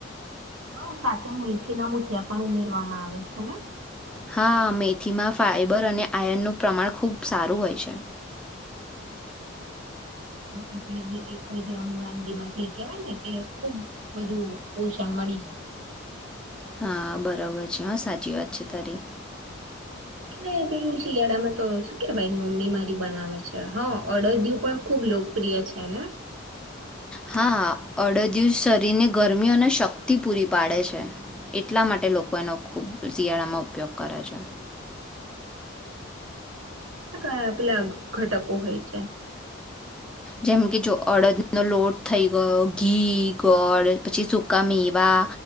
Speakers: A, on the right (about 80°); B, in the centre.
A: હા, સાથે મેથી ના મુઠિયા પણ ઉમેરવામાં આવે છે ને.
B: હા, મેથીમાં ફાઈબર અને આયનનું પ્રમાણ ખૂબ સારું હોય છે.
A: એટલે જે આ વાનગી માંથી કહેવાય ને કે ખુબ બધું પોષણ મળી જાય.
B: હા, બરાબર છે. હા સાચી વાત છે. તારી.
A: અને પેલું શિયાળામાં તો શું કે મમ્મી મારી બનાવે છે હા અડદયુ પણ ખુબ લોકપ્રિય છેને
B: હા હા અડદયુ શરીરને ગરમી અને શક્તિ પૂરી પાડે છે એટલા માટે લોકો એનો ખૂબ શિયાળામાં ઉપયોગ કરે છે
A: આપલા ઘટક <inaudible> હોય છે
B: જેમ કે જો અડદનોો લોટ થઈ ગયો ઘી ગોળ પછી સુકા મેવા